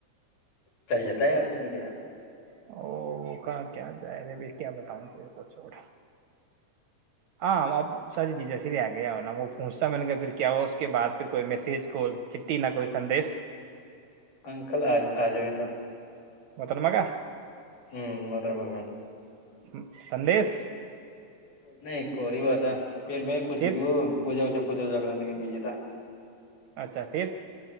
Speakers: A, on the left (about 70°); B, on the right (about 75°).
A: چل جاتا ہے یار اس میں کیا
B: او کیا ج رہے ب کیا بتاؤں تیرے کو چھوڑا ہاں اب سر جی جیس لیے آ گیا ہوناا وہ پونچتا م نے گ پھر کیا ہو اس کے بع پھر کوئی میسج کوال چٹٹی نہ کوئی سندیش
A: اکل آجتا
B: محترمہ کا
A: ہ مت گا
B: ہ سندیش
A: نہیں کوریی ب تھا پھر میں کچ
B: پھر
A: پجا پجا چکر بجی تھا
B: اچھا پھر